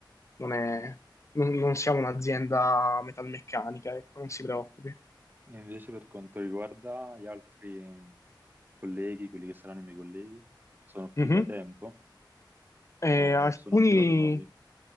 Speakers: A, on the left; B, on the right.
A: non è- non- non siamo un'azienda metalmeccanica, ecco, non si preoccupi.
B: invece per quanto riguarda gli altri colleghi, quelli che saranno i miei colleghi, sono qui
A: Mhm.
B: da tempo
A: Eh,
B: o
A: alcuni
B: sono anche loro nuovi?